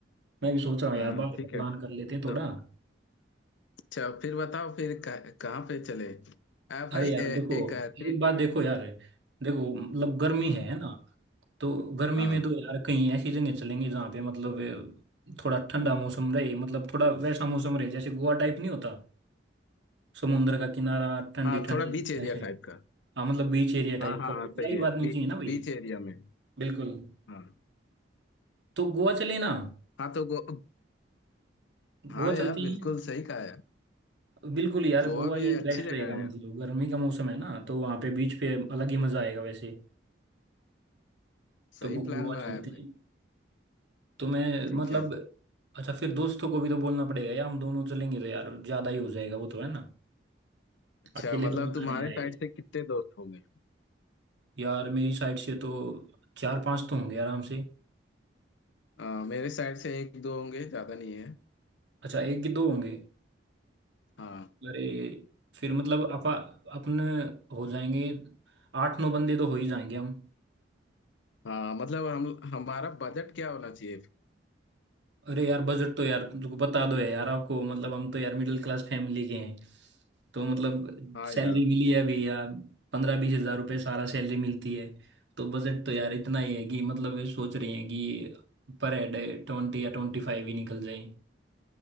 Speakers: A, on the right (about 70°); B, on the left (about 70°).
A: मैं भी सोच रहा हूँ
B: हाँ
A: यार बाहर
B: ठीक
A: का प्लान
B: है
A: कर लेते हैं थोड़ा
B: तो अच्छा फिर बताओ फिर कह- कहाँ पे चले आ, भाई
A: अरे
B: ए,
A: यार देखो
B: एक ऐसी
A: एक बात देखो यार देखो मतलब गर्मी
B: हाँ
A: है है ना तो गर्मी
B: हाँ
A: में तो यार कहीं ऐसी जगह चलेंगे जहाँ पे मतलब अ, थोड़ा ठंडा मौसम रहे मतलब थोड़ा वैसा मौसम रहे जैसे गोवा टाइप नहीं होता समुद्र का किनारा ठंडी
B: हाँ
A: ठंडी
B: थोड़ा बीच एरिया
A: ऐसे
B: टाइप का
A: हाँ मतलब बीच एरिया टाइप
B: हाँ हाँ
A: का वैसा
B: हाँ, सही
A: ही बात
B: है
A: नहीं
B: बी,
A: चाहिए ना भाई
B: बीच एरिया में
A: बिल्कुल
B: हाँ
A: तो गोवा चले ना
B: हाँ तो गो, हाँ
A: गोवा
B: यार
A: चलते
B: बिल्कुल
A: हैं
B: सही कहा यार
A: बिल्कुल यार
B: गोवा
A: गोवा
B: भी
A: ही
B: है अच्छी
A: बेस्ट
B: जगह
A: रहेगा
B: है
A: मतलब
B: यार
A: गर्मी का मौसम है ना तो वहाँ पे बीच पे अलग ही मजा आएगा वैसे
B: सही
A: तो गो-
B: प्लान
A: गोवा
B: बनाया
A: चलते
B: भाई
A: हैं तो मैं
B: ठीक
A: मतलब
B: है
A: अच्छा फिर दोस्तों को भी तो बोलना पड़ेगा यार हम दोनों चलेंगे तो यार ज्यादा ही हो जाएगा वो तो है ना
B: अच्छा
A: अकेले
B: मतलब
A: तो मजा
B: तुम्हारे
A: नहीं आएगा
B: साइड से कितने दोस्त होंगे
A: यार मेरी साइड से तो चार पांच तो होंगे आराम से
B: अ, मेरे साइड से एक दो होंगे ज्यादा नहीं है
A: अच्छा एक कि दो होंगे
B: हाँ
A: अरे फिर मतलब अपा अपन हो जाएंगे आठ नौ बंदे तो हो ही जाएंगे हम
B: हाँ मतलब हम हमारा बजट क्या होना चाहिए
A: अरे यार बजट तो यार तुमको बता दो है यार आपको मतलब हम तो यार मिडिल क्लास फैमिली के हैं तो मतलब
B: हाँ
A: सैलरी
B: यार
A: मिली है अभी यार पंद्रह बीस हजार रुपये सारा सैलरी मिलती है तो बजट तो यार इतना ही है कि मतलब ये सोच रही हैं कि पर हेड ट्वेंटी या ट्वेंटी फाइव ही निकल जाए